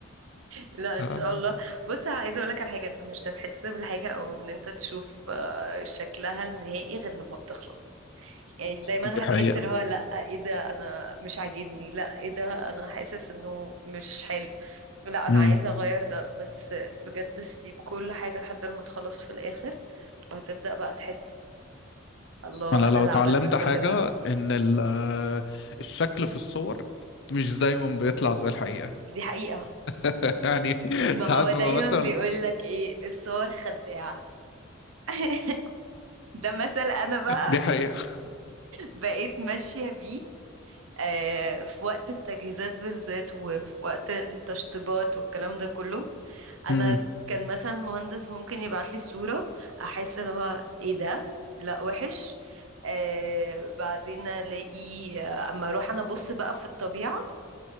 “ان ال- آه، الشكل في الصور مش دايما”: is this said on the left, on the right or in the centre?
Left